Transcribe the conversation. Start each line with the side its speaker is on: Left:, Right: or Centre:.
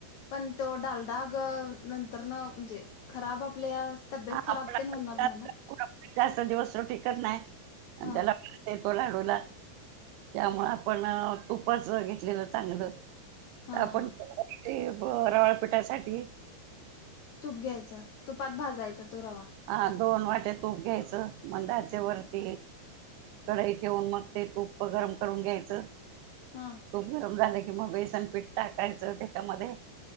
Left: पण तो डालडाग नंतर न म्हणजे खराब आपल्या तब्येत
Right: हा
Left: खराब
Right: आपण आपल्या
Left: तर होणार नाही ना?
Right: जास्त दिवस तो टिकत नाही. अनितेला
Left: हा
Right: तेल तो लाडूला त्यामुळं आपण तुपाचा घेतलेलं चांगलं.
Left: हा
Right: आपण
Left: हा
Right: ते ब रवाळपीटासाठी
Left: तूप घ्यायचं तुपात भा जायचा तो रवा.
Right: हा दोन वाट्या तूप घ्या चा, मंद आचेवरती कढईत ठेऊन मग ते तूप गरम करून घ्यायचा.
Left: हा
Right: खूप गरम झाले की किंवा बेसन पीठ टाकायचा त्याच्यामध्ये